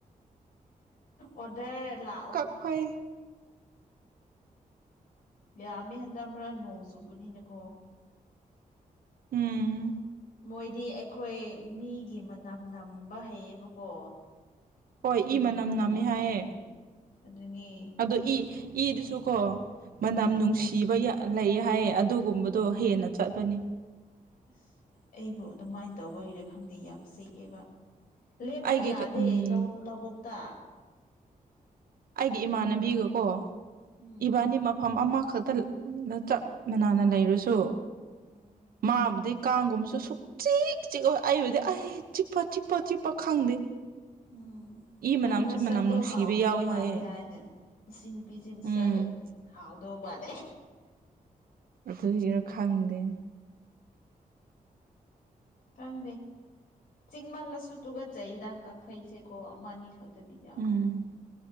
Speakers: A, on the left; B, on the right.
A: ꯑꯣꯗꯔ ꯂꯥꯛꯑꯣ꯫
B: ꯍꯣꯏ
A: ꯌꯥꯝꯃꯦ ꯍꯟꯗꯛ ꯃꯔꯛ ꯅꯣꯡ ꯆꯨꯕꯅꯤꯅꯀꯣ
B: ꯎꯝ
A: ꯃꯣꯏꯗꯤ ꯑꯩꯈꯣꯏ ꯃꯤꯒꯤ ꯃꯅꯝ ꯅꯝꯕ ꯍꯩꯌꯦꯕꯀꯣ
B: ꯍꯣꯏ
A: ꯃꯤꯒꯤ
B: ꯏ ꯃꯅꯝ
A: ꯃꯅꯝꯅꯝ
B: ꯅꯝꯃꯦ ꯍꯥꯏꯌꯦ
A: ꯎꯝ ꯑꯗꯨꯅꯦ
B: ꯑꯗꯣ ꯏ ꯏꯗꯨꯁꯨ ꯀꯣ ꯃꯅꯝ
A: ꯎꯝ
B: ꯅꯨꯡꯁꯤꯕ ꯌꯥ ꯂꯩ ꯍꯥꯏꯌꯦ ꯑꯗꯨꯒꯨꯝꯕꯗꯣ ꯍꯦꯟꯅ ꯆꯠꯄꯅꯤ
A: ꯑꯁ ꯑꯩꯕꯨ ꯑꯗꯨꯃꯥꯏ ꯇꯧꯕꯒꯤꯔꯥ ꯈꯪꯗꯦ ꯌꯥꯝ ꯆꯤꯛꯑꯦꯕ ꯂꯦꯞꯄ
B: ꯑꯩꯒꯤ
A: ꯌꯥꯗꯦ
B: ꯎꯝ
A: ꯂꯧ ꯂꯧꯕꯨꯛꯇ
B: ꯑꯩꯒꯤ ꯏꯃꯥꯟꯅꯕꯤꯒꯀꯣ
A: ꯎꯝ
B: ꯏꯕꯥꯅꯤ ꯃꯐꯝ ꯑꯃꯈꯛꯇ ꯆꯞ ꯃꯅꯅ ꯂꯩꯔꯁꯨ
A: ꯎꯝ
B: ꯃꯥꯕꯨꯗꯤ ꯀꯥꯡꯒꯨꯝꯕꯁꯨ ꯁꯨ ꯆꯤꯛ ꯆꯤꯑꯣꯏ ꯑꯣꯏꯗꯤ ꯆꯤꯛꯄ ꯆꯤꯄ ꯆꯤꯛꯄ ꯈꯪꯗꯦ
A: ꯎꯝ
B: ꯏ ꯃꯅꯝꯁꯨ
A: ꯅꯪ ꯃꯁꯛꯇꯣ
B: ꯃꯅꯝ ꯅꯨꯡꯁꯤꯕ
A: ꯍꯥꯎꯗꯧ
B: ꯌꯥꯎꯋꯦ ꯍꯥꯏꯌꯦ
A: ꯃꯥꯜ ꯍꯥꯏꯅꯦ ꯃꯁꯤ ꯅꯨꯄꯤꯁꯦ ꯃꯁꯛ
B: ꯎꯝ
A: ꯍꯥꯎꯗꯧ ꯕꯥꯜꯂꯦ
B: ꯑꯗꯨꯏꯔꯥ ꯈꯪꯗꯦ
A: ꯀꯪꯗꯦ ꯆꯤꯡꯃꯜꯂꯁꯨ ꯇꯨꯒꯠ ꯆꯩꯗ ꯀꯛꯐꯩꯁꯦꯀꯣ ꯑꯃ ꯑꯅꯤꯈꯛ ꯇꯗꯤ ꯌꯥꯕ
B: ꯎꯝ